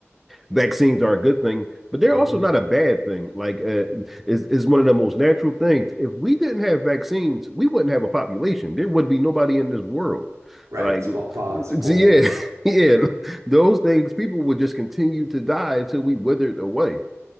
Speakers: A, in the centre; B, on the right.
A: vaccines are a good thing, but they're
B: hmm
A: also not a bad thing. Like, uh, is is one of the most natural things. If we didn't have vaccines, we wouldn't have a population. There would be nobody in this world.
B: Right.
A: Like,
B: Smallpox, polio.
A: so yeah, <laughs> yeah, those things people would just continue to die until we withered away.